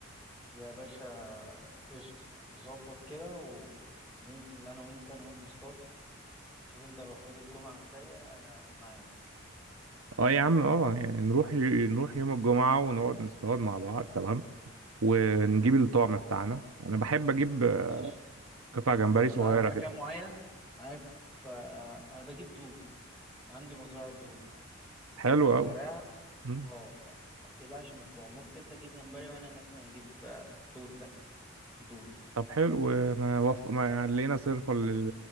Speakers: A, in the centre; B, on the right.
A: يا باشا قشطة نظبط كده وننزل أنا وأنت نروح نصطاد شوف أنت لو فاضي الجمعة الجاية أنا معاك
B: اه يا عم اه يعني نروح ي- نروح يوم الجمعة ونقعد نصطاد مع بعض تمام ونجيب الطعم بتاعنا أنا بحب أجيب آه،
A: ماشي
B: قطع جمبري
A: انت
B: صغيرة
A: عارف مكان
B: كده
A: معين عارف آه، انا بجيب دود عندي مزرعة دود
B: حلو
A: مزرعة
B: أوي مم.
A: اه ف- ما تقلقش من الطعم ممكن انت تجيب جمبري وانا مثلا اجيب آه، دود ده دود
B: طب حلو ما وف... ما لقينا صرفة لل-